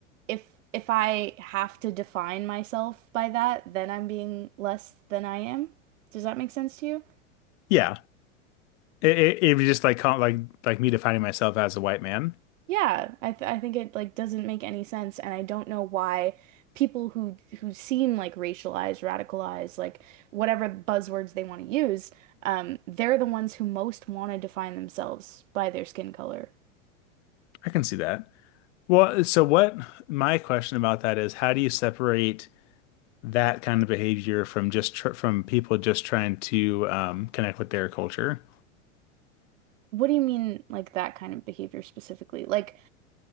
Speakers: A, on the right; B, on the left.
A: if if I have to define myself by that, then I'm being less than I am. Does that make sense to you?
B: yeah, it, it, it was just like like like me defining myself as a white man.
A: Yeah, I th I think it like doesn't make any sense, and I don't know why people who who seem like racialized, radicalized, like whatever buzzwords they want to use, um, they're the ones who most want to define themselves by their skin color.
B: I can see that. Well, so what my question about that is, how do you separate that kind of behavior from just tr from people just trying to um, connect with their culture?
A: What do you mean, like that kind of behavior specifically? Like,